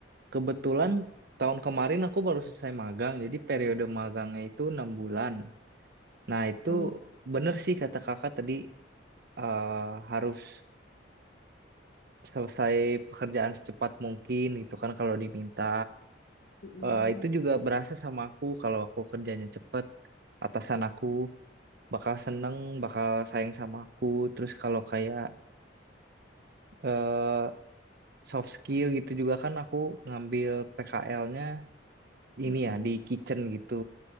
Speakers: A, on the right (about 55°); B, on the left (about 55°).
A: kebetulan tahun kemarin aku baru selesai magang, jadi periode magangnya itu enam bulan. Nah itu
B: Oh,
A: bener sih kata kakak tadi eh, harus selesai pekerjaan secepat mungkin gitu kan kalau diminta.
B: mm,
A: Eh, itu juga berasa sama aku kalau aku kerjanya cepet atasan aku. bakal seneng, bakal sayang sama aku. Terus kalau kayak eh, soft skill gitu juga kan aku ngambil PKL-nya
B: mm,
A: ini
B: mm.
A: ya di kitchen gitu.